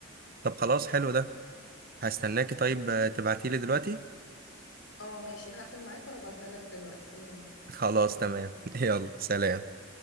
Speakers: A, on the right; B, on the left.
A: طب خلاص حلو ده هستناكي طيب آه، تبعتيلي دلوقتي
B: اه ماشي هقفل معاك وهبعتها لك دلوقتي يلا
A: خلاص
B: باي
A: تمام <laughs> يلا سلام